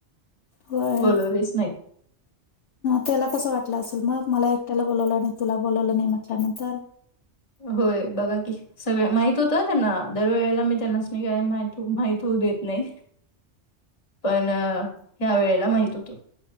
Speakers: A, on the left (about 75°); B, on the left (about 30°).
A: होय
B: बोलवलीच नाही
A: त्याला कस वाटलं असेल मग मला एकट्याला बोलावलं आणि तुला बोलवलं नाही म्हटल्यानंतर
B: होय बघा की सगळ माहित होत त्यांना दरवेळेला मी त्यांनाच नाही काय माह माहती देत नाही पण ह्या वेळेला माहित होतो